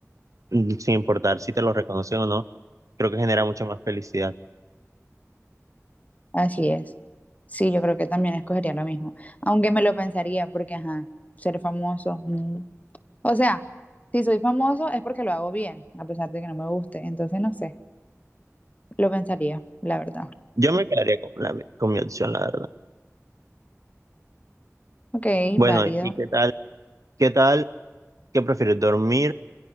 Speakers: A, on the right; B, on the left.
A: mm, sin importar si te lo reconocen o no, creo que genera mucha más felicidad.
B: Así es. Sí, yo creo que también escogería lo mismo. Aunque me lo pensaría porque, ajá, ser famoso. mm. O sea, si soy famoso es porque lo hago bien, a pesar de que no me guste. Entonces, no sé, lo pensaría, la verdad.
A: Yo me quedaría con la, con mi opción, la verdad.
B: Ok,
A: Bueno,
B: válido.
A: ¿y qué tal? ¿Qué tal? ¿Qué prefieres? ¿Dormir?